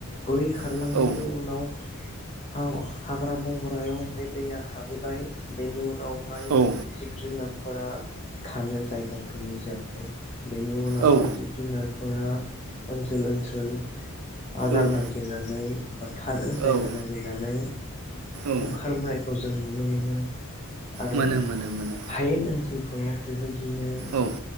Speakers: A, on the left (about 30°); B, on the right (about 75°).
A: बोहै खारलांनायनि
B: औ औ
A: उनाव हा- हाग्रा बंग्रायाव बे दैया हाबहैबाय बेनि उनाव बेहाय
B: औ
A: जिब जुनार फोरा थानो जायगा गैयि जाबाय बेनि उनावहाय
B: औ
A: जिब जुनार फोरा ओनसोल ओनसोल आदार
B: औ
A: नागिरनानै बा थानो जायगा
B: औ
A: नागिरनानै
B: औ
A: ओंखारबोनायखौ जों नुनो मोनो। आरो
B: मोनो मोनो मोनो
A: हायेन ओनसोल खौ बेबाय दिनो
B: औ